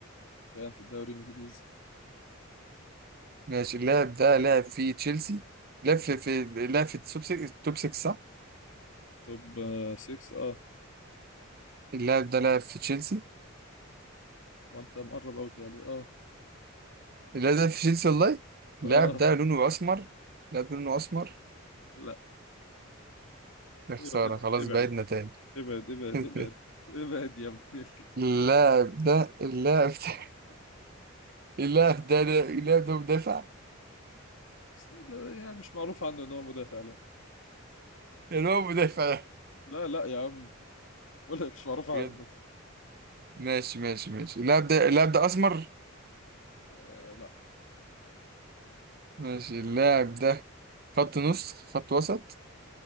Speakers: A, on the left (about 65°); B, on the right (about 45°).
A: كان في الدوري الانجليزي
B: ماشي اللاعب ده لعب في تشيلسي لعب في في لعب في التوب 6 التوب 6 صح
A: توب 6 اه
B: اللاعب ده لعب في تشيلسي
A: وانت مقرب قوي كده عليه اه
B: اللاعب ده في تشيلسي والله اللاعب
A: اه
B: ده لونه أسمر اللاعب ده لونه أسمر
A: لا
B: يا خسارة
A: ايوه كده
B: خلاص
A: ابعد
B: بعدنا تاني
A: ابعد ابعد
B: <laughs>
A: ابعد ابعد يا ابني
B: اللاعب ده اللاعب ده اللاعب ده اللاعب ده مدافع
A: بس ده يعني مش معروف عنه ان هو مدافع لا
B: يعني هو مدافع
A: لا لا يا عم بقول لك مش معروف عنه
B: <laughs> بجد ماشي ماشي ماشي اللاعب ده اللاعب ده أسمر
A: آه لا
B: ماشي اللاعب ده خط نص خط وسط